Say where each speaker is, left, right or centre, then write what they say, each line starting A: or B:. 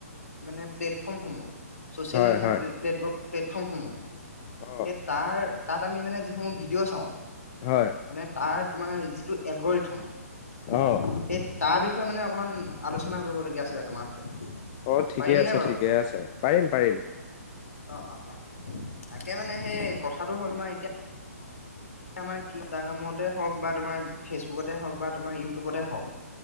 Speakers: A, on the left; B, on the left.
A: মানে প্লেটফৰ্মসমূহ, ছচিয়েল
B: হয়
A: মেডিয়াৰ
B: হয়
A: প্লেট ব প্লেটফৰ্মসমূহ
B: অ
A: সেই তাৰ, তাত আমি মানে যিসমূহ ভিডিঅ' চাওঁ,
B: হয়
A: মানে তাৰ তোমাৰ এই যিটো এলগৰিথ হ'ম, সেই
B: অ
A: তাৰ বিষয়ে মানে অকণমান আলোচনা কৰিবলগীয়া আছিলে তোমাৰ সতে
B: অ, ঠিকে
A: পাৰিম
B: আছে,
A: নে বাৰু?
B: ঠিকে আছে। পাৰিম, পাৰিম।
A: অ, অ, অ। তাকে মানে সেই কথাটো হ'ল মানে এতিয়া আমাৰ ইনষ্টাগ্ৰামতে হওঁক বা তোমাৰ ফেচবুকতে হওঁক বা তোমাৰ ইউটিউবতে হওঁক